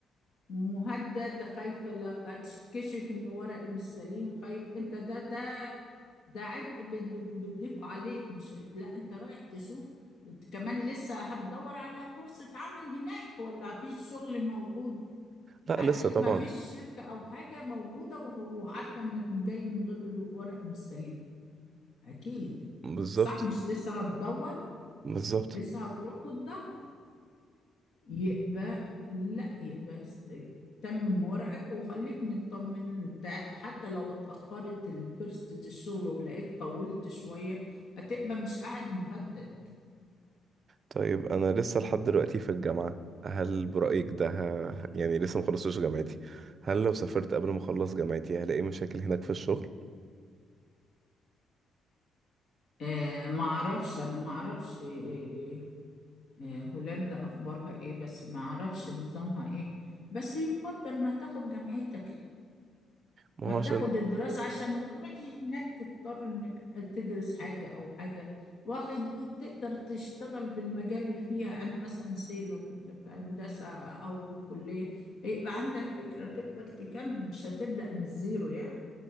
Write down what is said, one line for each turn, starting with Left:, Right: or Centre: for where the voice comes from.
Left: مهدد خايفة لا أتكشف إن ورقي مش سليم خايف أنت ده ده ده عبء بت- بت- بتضيف عليك مش لا أنت رايح تشوف كمان لسه هتدور على فرصة عمل هناك ولا في شغل موجود
Right: لا
Left: اكيد
Right: لسه طبعا
Left: ما فيش شركة او حاجة موجودة وهو عارفة انك جاي من غير الورق مش سليم اكيد
Right: بالظبط
Left: صح مش لسه هتدور
Right: بالظبط
Left: لسه هتروح وتدور يبقى لا يبقى س- تمم ورقك وخليك مطمن تع- حتى لو اتأخرت فرصة الشغل ولقيت طولت شوية هتبقى مش قاعد مهدد
Right: طيب انا لسه لحد دلوقتي في الجامعة هل برأيك ده ه... يعني لسه مخلصتش جامعتي هل لو سافرت قبل ما اخلص جامعتي هلاقي مشاكل هناك في الشغل
Left: آه ما اعرفش انا ما اعرفش آه آه، هولندا أخبارها إيه بس ما أعرفش نظامها إيه بس يفضل ما تاخد جامعتك
Right: ما
Left: ما
Right: هو
Left: تاخد
Right: عشان
Left: الدراسة عشان ما تروحش هناك تضطر إنك تدرس حاجة أو حاجة واخد وتقدر تشتغل في المجال اللي فيها أنا مثلا سي لو كنت في هندسة أو كلية يبقى عندك فكرة تقدر تكمل مش هتبدأ من الزيرو يعني